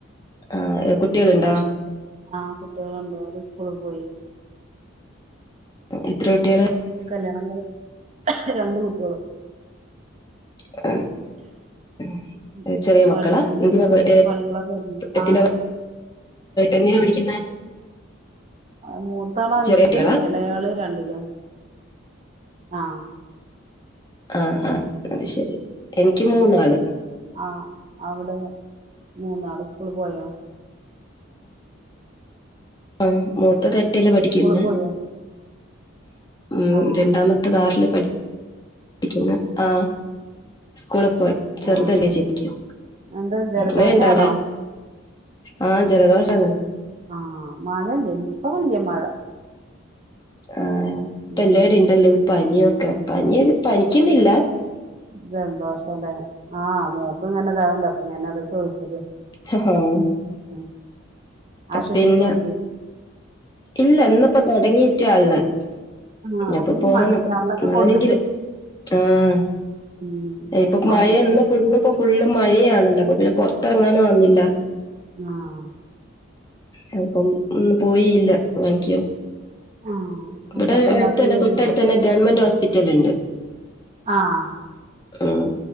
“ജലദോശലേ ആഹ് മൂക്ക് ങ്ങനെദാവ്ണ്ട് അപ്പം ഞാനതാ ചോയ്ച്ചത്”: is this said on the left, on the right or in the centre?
Right